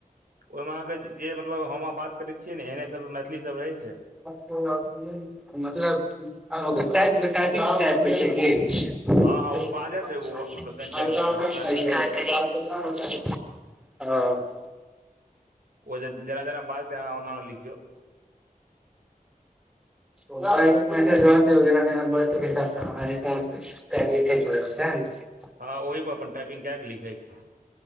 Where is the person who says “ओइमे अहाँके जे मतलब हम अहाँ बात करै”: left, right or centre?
Right